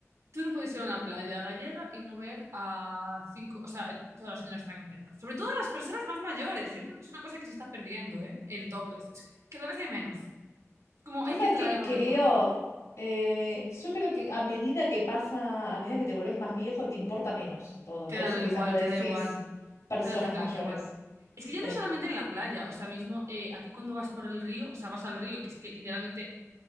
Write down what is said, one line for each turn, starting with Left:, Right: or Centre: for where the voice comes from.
Right: Tú no puedes ir a una playa gallega y no ver a cinco. O sea, todas las señoras están en tetas. Sobre todo las personas más mayores. Yo creo que es una cosa que se está perdiendo, ¿eh? El topless. Es que cada vez hay menos. Es como
Left: Yo
Right: hay
Left: sabes
Right: que traerlo
Left: que creo,
Right: de vuelta.
Left: eh, yo creo que a medida que pasa, a medida que te volvés más viejo, te importa menos todo.
Right: Te
Left: Por
Right: da
Left: eso
Right: lo igual,
Left: quizás vos decís
Right: te da igual.
Left: personas
Right: Te da exactamente
Left: mayores.
Right: igual. Es que ya no
Left: Sí.
Right: solamente en la playa. O sea, mismo eh, aquí cuando vas por el río, o sea, vas al río, que es que literalmente